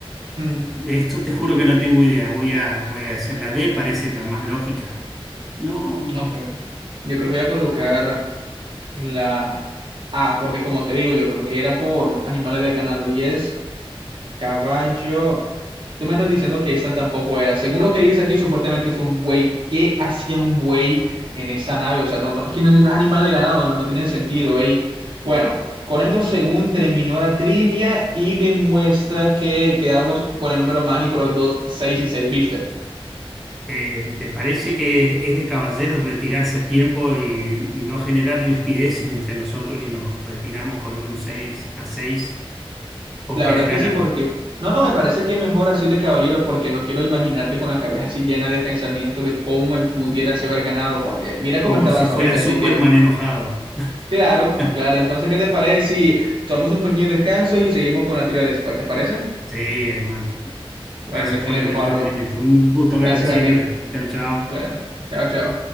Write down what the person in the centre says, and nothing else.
Esto te juro que no tengo idea. Voy a, voy a hacer la D, parece la más lógica. No.
Eh, ¿te parece que es de caballeros retirarse a tiempo y, y no generar rispideces entre nosotros y nos retiramos con un seis a seis ¿O
querés
ganar?
como
si fuera
Superman
enojado. <laughs>
Sí, hermano.
Gracias
por el entretenimiento.
Un gusto verte
siempre.
Chao, chao.